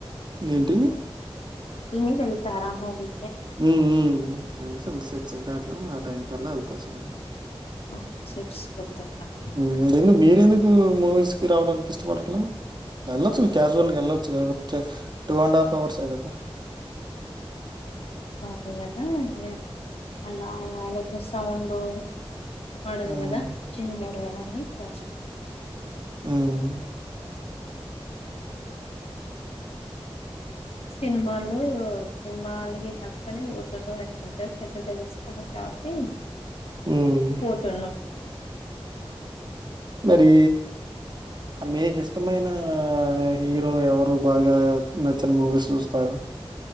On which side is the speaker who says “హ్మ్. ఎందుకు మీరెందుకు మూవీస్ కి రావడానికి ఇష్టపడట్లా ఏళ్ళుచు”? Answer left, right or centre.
Right